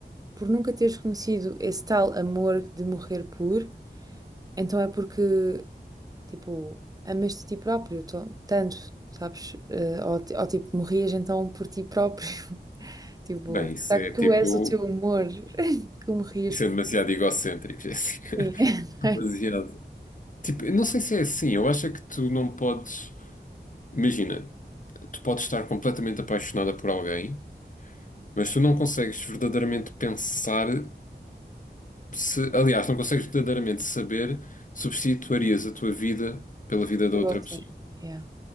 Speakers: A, on the right; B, on the left.
A: por nunca teres conhecido esse tal amor de morrer por, então é porque, tipo, amaste a ti próprio to- tanto, sabes? Eh, ou, ti- ou, tipo, morrias então por ti próprio. <laughs> Tipo,
B: Bem, isso
A: será
B: é
A: que
B: tipo.
A: tu és o teu amor <laughs> que morrias
B: Isso
A: por
B: é demasiado egocêntrico, Jéssica.
A: ti? <laughs>
B: <laughs> Demasiado. Tipo, eu não sei se é assim. Eu acho é que tu não podes. Imagina, tu podes estar completamente apaixonada por alguém, mas tu não consegues verdadeiramente pensar se. Aliás, não consegues verdadeiramente saber se substituirias a tua vida pela vida da
A: Por
B: outra
A: outra.
B: pessoa.
A: Yeah.